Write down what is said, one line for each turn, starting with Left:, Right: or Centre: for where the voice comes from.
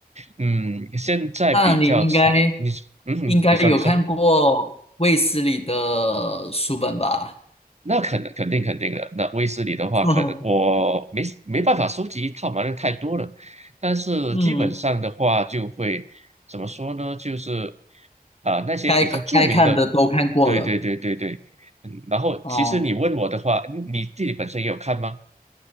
Right: 嗯，现在比较常，
Left: <laughs>，那你应该
Right: 你嗯，
Left: 应该有看过卫斯理的书本吧？
Right: 你说你说。那肯肯定肯定的。那威斯理的话，
Left: <laughs>
Right: 可能我没没办法收集一套嘛，那太多了。但是基本上的话，
Left: 嗯，
Right: 就会怎么说呢？就是啊、那些比较著名的，
Left: 该该看的都看过了。
Right: 对对对对对。嗯，然后其实你问我的话，
Left: 哦。
Right: 你你自己本身也有看吗？